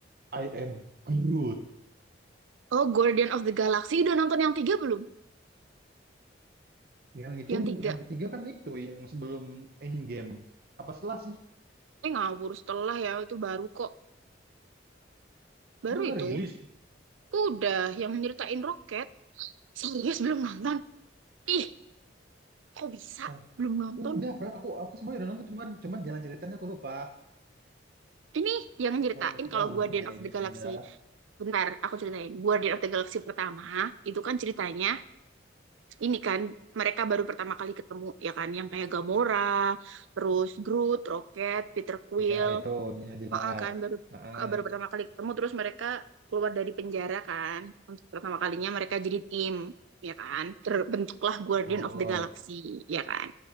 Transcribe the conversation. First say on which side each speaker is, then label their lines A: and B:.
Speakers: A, on the right; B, on the right.
A: I Am Groot.
B: oh Guardian of the Galaxy udah nonton yang tiga belum
A: Yang itu
B: yang tiga
A: yang ketiga kan itu yang sebelum Endgame. Apa setelah sih?
B: eh ngawur setelah ya itu baru kok baru
A: Emang udah
B: itu
A: rilis?
B: udah yang nyeritain roket serius belum nonton ih kok bisa
A: Bentar.
B: belum nonton
A: Udah, Pra. aku aku semuanya udah nonton cuman cuman jalan ceritanya aku lupa.
B: ini yang nyeritain
A: Kalau mati
B: kalau
A: oh
B: Guardian
A: udah kayaknya
B: of the Galaxy
A: udah.
B: bentar aku ceritain Guardian of the Galaxy pertama itu kan ceritanya ini kan mereka baru pertama kali ketemu ya kan yang kayak Gamora terus Groot Rocket Peter Quill
A: Iya itu ya jelas.
B: Heeh kan baru
A: Heeh,
B: eh, baru pertama kali ketemu terus mereka keluar dari penjara kan untuk pertama kalinya mereka jadi tim ya kan terbentuklah Guardian
A: betul.
B: of the Galaxy ya kan